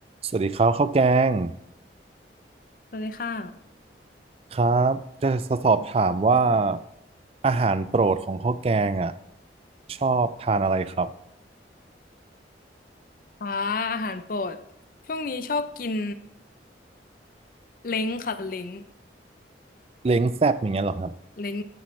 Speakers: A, on the right; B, on the left.
A: สวัสดีครับข้าวแกง
B: สวัสดีค่ะ
A: ครับจะสอบถามว่าอาหารโปรดของข้าวแกงอ่ะชอบทานอะไรครับ
B: อ่าอาหารโปรดช่วงนี้ชอบกินเล้งค่ะเล้ง
A: เล้งแซ่บอย่างเงี้ยเหรอครับ
B: เล้ง